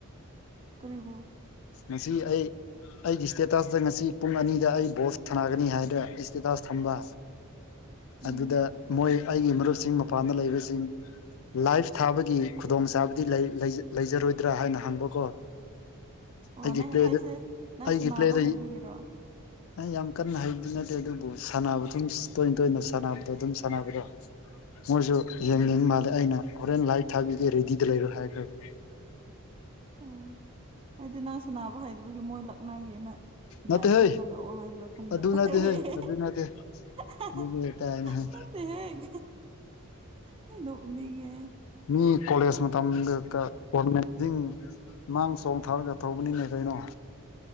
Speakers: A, on the right (about 25°); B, on the left (about 60°).
A: ꯀꯔꯤꯕꯣ
B: ꯉꯁꯤ ꯑꯩ ꯑꯩꯒꯤ ꯏꯁꯇꯦꯇꯁꯗ ꯉꯁꯤ ꯄꯨꯡ ꯑꯅꯤꯗ ꯑꯩ ꯕꯣꯜ ꯁꯥꯟꯅꯒꯅꯤ ꯍꯥꯏꯗ꯭ꯔ ꯑꯩ ꯏꯁꯇꯦꯇꯥꯁ ꯊꯝꯕ
A: ꯎꯝ
B: ꯑꯗꯨꯗ ꯃꯣꯏ ꯑꯩꯒꯤ ꯃꯔꯨꯞꯁꯤꯡ ꯃꯄꯥꯟꯗ ꯂꯩꯕꯁꯤꯡ ꯂꯥꯏꯐ ꯊꯥꯕꯒꯤ ꯈꯨꯗꯣꯡꯆꯥꯥꯕꯗꯤ ꯂꯩ ꯂꯩ ꯂꯩꯖꯔꯣꯏꯗ꯭ꯔ ꯍꯥꯏꯅ ꯍꯪꯕꯀꯣ
A: ꯑꯣ
B: ꯑꯩꯒꯤ
A: ꯅꯪ
B: ꯄ꯭ꯂꯦꯗ
A: ꯍꯥꯏꯁꯦ ꯅꯪ
B: ꯑꯩꯒꯤ
A: ꯁꯅꯥꯕ
B: ꯄ꯭ꯂꯦꯗꯩ
A: ꯍꯩꯕꯒꯤꯔꯣ
B: ꯑꯩ ꯌꯥꯝ ꯀꯟꯅ ꯍꯩꯕꯗꯤ ꯅꯠꯇꯦ ꯑꯗꯨꯕꯨ ꯁꯥꯟꯅꯕ ꯑꯗꯨꯝ ꯇꯣꯏꯅ ꯇꯣꯏꯅ ꯁꯥꯟꯅꯕꯗꯣ ꯑꯗꯨꯝ ꯁꯥꯟꯅꯕꯗꯣ ꯃꯣꯏꯖꯨ ꯌꯦꯡꯅꯤꯡ
A: ꯎꯝ
B: ꯃꯥꯜꯂꯦ ꯑꯩꯅ ꯍꯣꯔꯦꯟ ꯂꯥꯏꯚ ꯊꯥꯕꯤꯒꯦ ꯔꯦꯗꯤꯗ ꯂꯩꯔꯣ ꯍꯥꯏꯈ꯭ꯔꯕꯅꯤ
A: ꯑꯣ ꯑꯩꯗꯤ ꯅꯪ ꯁꯥꯟꯅꯕ ꯍꯩꯗꯕꯒꯤ ꯃꯣꯏ ꯂꯛꯅꯒꯦꯅ
B: ꯅꯠꯇꯦꯍꯦ
A: ꯂꯥꯏꯐ ꯊꯥꯒꯠꯂꯛꯑꯣ ꯍꯥꯏꯕ꯭ꯔ ꯈꯟꯕ
B: ꯑꯗꯨ
A: ꯑꯍꯦ
B: ꯅꯠꯇꯦꯍꯦ
A: ꯍꯦ ꯍꯦ
B: ꯑꯗꯨ ꯅꯠꯇꯦ
A: ꯍ
B: ꯑꯗꯨꯅꯦ
A: ꯍ
B: ꯀꯥꯏꯅ ꯍꯥꯏ
A: ꯅꯠꯇꯦꯍꯦ ꯍꯦ ꯍꯦ ꯅꯣꯛꯅꯤꯡꯉꯦꯍꯦ
B: ꯃꯤ ꯀꯣꯂꯦꯖ ꯃꯇꯝꯗꯀ <unintelligible> ꯃꯥꯡ ꯆꯣꯡꯊꯔꯒ ꯇꯧꯕꯅꯤꯅꯦ ꯀꯩꯅꯣ